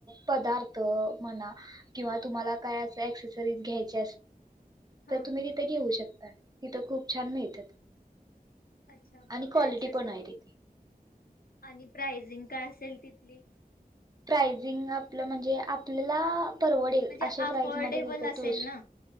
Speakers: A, on the right; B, on the left.
A: पदार्थ म्हणा किंवा तुम्हाला काय असे ॲक्सेसरीज घ्यायच
B: हा
A: तर तुम्ही तिथे घेऊ शकता. तिथं खूप छान मिळतात.
B: अच्छा
A: आणि
B: त्या
A: क्वालिटी
B: ॲक्सेसरी
A: पण आहे तिथे
B: आणि प्राइजिंग काय अस चल तिथली.
A: प्राईझिंग आपलं म्हणजे आपल्याला परवडेल
B: म्हणजे
A: अशे
B: अफोर्डेबल
A: प्राईस मध्ये देत
B: असेल
A: तुळशी
B: ना